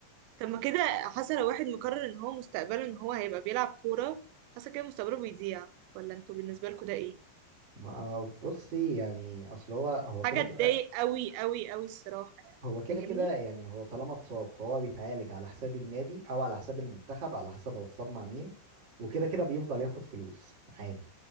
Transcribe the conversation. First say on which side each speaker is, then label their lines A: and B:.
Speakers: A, on the right; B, on the right.
A: طب ما كده حاسه لو واحد مقرر ان هو مستقبله ان هو هيبقى بيلعب كوره حاسه كده مستقبله بيضيع ولا انتوا بالنسبه لكم ده ايه
B: ما بصي يعني أصل هو هو كده
A: حاجة
B: كده
A: تضايق قوي قوي قوي الصراحة يعني
B: هو كده
A: فاهمني
B: كده يعني هو طالما اتصاب فهو بيتعالج على حساب النادي أو على حساب المنتخب على حسب هو اتصاب مع مين وكده كده بيفضل ياخد فلوس عادي